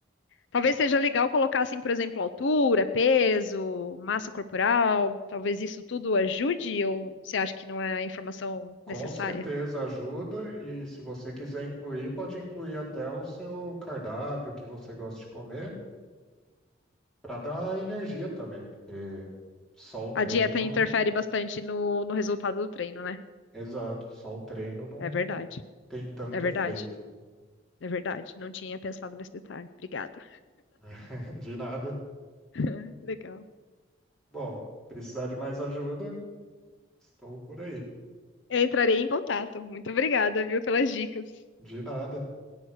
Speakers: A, on the left (about 70°); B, in the centre.
A: Talvez seja legal colocar assim, por exemplo, altura, peso, massa corporal. Talvez isso tudo ajude ou você acha que não é a informação
B: Com
A: necessária?
B: certeza ajuda, e se você quiser incluir, pode incluir até o seu cardápio, o que você gosta de comer, para dar energia também, porque só o treino
A: A dieta interfere bastante no, no resultado do treino, né?
B: Exato, só o treino não
A: É verdade.
B: tem tanto
A: É verdade.
B: efeito.
A: É verdade. Não tinha pensado nesse detalhe. Obrigada.
B: <laughs> De nada.
A: <laughs> Legal.
B: Bom, precisar de mais ajuda, estou por aí.
A: Eu entrarei em contato. Muito obrigada, viu, pelas dicas.
B: De nada.